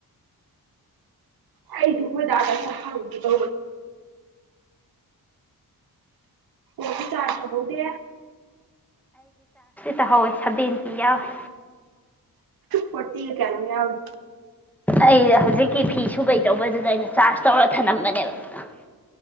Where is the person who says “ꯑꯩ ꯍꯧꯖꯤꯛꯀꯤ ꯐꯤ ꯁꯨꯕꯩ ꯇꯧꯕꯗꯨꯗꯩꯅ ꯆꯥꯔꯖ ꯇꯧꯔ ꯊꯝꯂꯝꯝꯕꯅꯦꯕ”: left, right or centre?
Centre